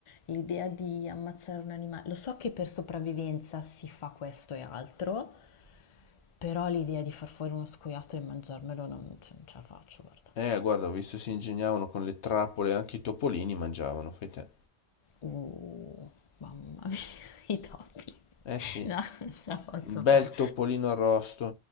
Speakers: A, on the left; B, on the left.
A: l'idea di ammazzare un animale... Lo so che per sopravvivenza si fa questo e altro, però l'idea di far fuori uno scoiattolo e mangiarmelo non, cioè, non ce la faccio, guarda.
B: Eh, guarda, ho visto si ingegnavano con le trappole, anche i topolini mangiavano, fai te.
A: Uh, mamma mia, <laughs> i topi.
B: Eh sì,
A: No, non ce la posso
B: un bel
A: fare.
B: topolino arrosto.